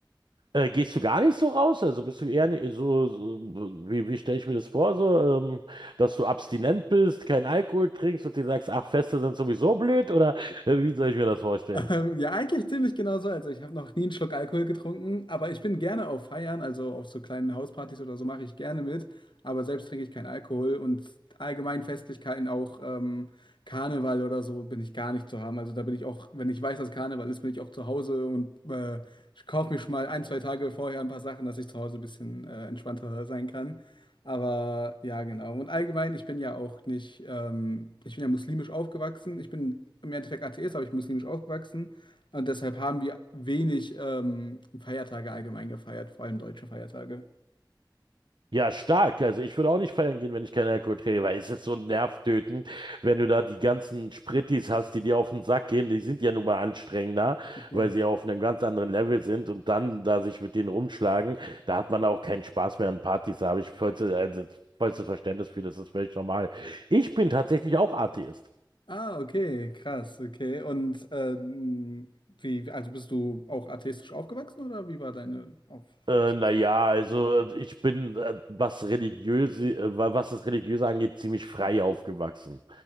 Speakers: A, on the right; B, on the left.
A: Äh, gehst du gar nicht so raus? Also bist du eher ni- so, so wie, wie stelle ich mir das vor? So, ähm, dass du abstinent bist, keinen Alkohol trinkst und dir sagst, ach, Feste sind sowieso blöd? Oder äh, wie soll ich mir das vorstellen?
B: Ähm, ja, eigentlich ziemlich genau so. Also ich habe noch nie einen Schluck Alkohol getrunken, aber ich bin gerne auf Feiern, also auf so kleinen Hauspartys oder so mache ich gerne mit, aber selbst trinke ich keinen Alkohol und allgemein Festlichkeiten, auch ähm, Karneval oder so, bin ich gar nicht zu haben. Also da bin ich auch, wenn ich weiß, dass Karneval ist, bin ich auch zu Hause und äh, ich kaufe mir schon mal ein, zwei Tage vorher ein paar Sachen, dass ich zu Hause ein bisschen äh, entspannter sein kann. Aber ja, genau. Und allgemein, ich bin ja auch nicht, ähm, ich bin ja muslimisch aufgewachsen. Ich bin im Endeffekt Atheist, aber ich bin muslimisch aufgewachsen. Und deshalb haben wir wenig ähm, Feiertage allgemein gefeiert, vor allem deutsche Feiertage.
A: Ja, stark. Also ich würde auch nicht feiern gehen, wenn ich keinen Alkohol trinke, weil es ist so nervtötend, wenn du da die ganzen Sprittis hast, die dir auf den Sack gehen. Die sind ja nun mal anstrengender,
B: Ja.
A: weil sie ja auf einem ganz anderen Level sind und dann da sich mit denen rumschlagen, da hat man auch keinen Spaß mehr an Partys. Da habe ich vollstes, also vollstes Verständnis für, das ist völlig normal. Ich bin tatsächlich auch Atheist.
B: Ah, okay, krass, okay. Und ähm, wie, also bist du auch atheistisch aufgewachsen oder wie war deine Aufwachsphase?
A: Äh, naja, also äh, ich bin, äh, was religiöse, äh, wa- was das Religiöse angeht, ziemlich frei aufgewachsen.